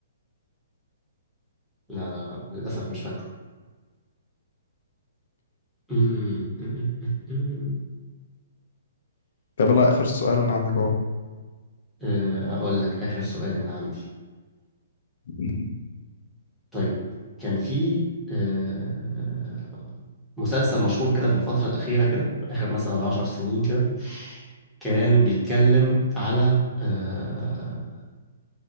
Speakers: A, in the centre; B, on the left.
A: لا لا لا للاسف مش فاكره أمم، أمم، أمم.
B: طب لا اخر سؤال من عندك اهو
A: آه، اقول لك اخر سؤال من عندي
B: <laughs>
A: طيب كان في آه، مسلسل مشهور كده في الفترة الأخيرة كده آخر مثلا عشر سنين كده كان بيتكلم على آه،